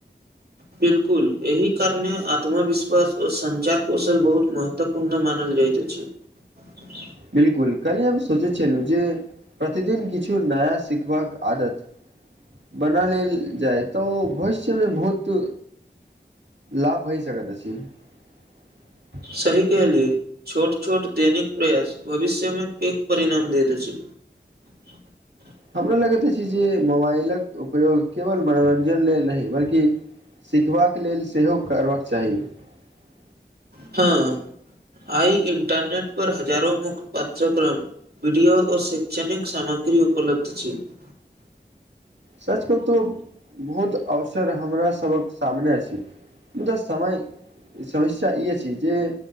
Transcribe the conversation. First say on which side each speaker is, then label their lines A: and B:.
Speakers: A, on the right; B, on the right.
A: बिलकुल एहि कारणे आत्मविश्वास ओ सञ्चार कौशल बहुत महत्वपूर्ण मानल जाइतइत अछि। <unintelligible>
B: बिलकुल काल्हि हम सोचैत छलहुँ जे प्रतिदिन किछु नया सिखबाक आदत बना लेल जाय तऽ ओ भविष्यमे बहुत लाभ भय सकैत अछि। <unintelligible>
A: सही कहलिए छोट छोट दैनिक प्रयास भविष्यमे पैेक परिणाम देत अछि। <unintelligible>
B: हमरा लगैत अछि जे मोबाइलक उपयोग केवल मनोरंजन। <unintelligible> लेल नहि बल्कि। <unintelligible> सिखबाक लेल सेहो करबाक चाही। <unintelligible>
A: हँ <unintelligible> आइ इन्टरनेट पर हजारो मुख्त पाठ्यक्रम वीडियो ओ शैक्षणिक सामग्री उपलब्ध अछि। <unintelligible>
B: सच कहतहु- बहुत अवसर हमरा। <unintelligible> सबक सामने अछि मुदा समय समस्या ई अछि जे